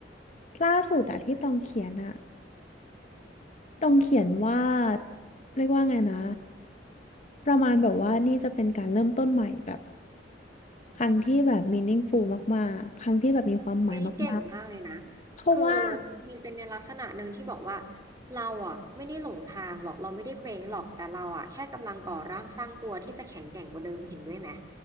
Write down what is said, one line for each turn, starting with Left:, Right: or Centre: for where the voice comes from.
Left: ล่าสุดอะที่ตองเขียนอะตองเขียนว่าเรียกว่าไงนะประมาณแบบว่านี่จะเป็นการเริ่มต้นใหม่แบบครั้งที่แบบ meaningful มากๆครั้งที่แบบมีความหมายมาก
Right: เฮ้ยเก่งมากเลยนะ
Left: ๆเพราะว่า
Right: คือมันเป็นในลักษณะหนึ่งที่บอกว่าเราอ่ะไม่ได้หลงทางหรอกเราไม่ได้เคว้งหรอกแต่เราอ่ะแค่กำลังก่อร่างสร้างตัวที่จะแข็งแกร่งกว่าเดิมเห็นด้วยไหม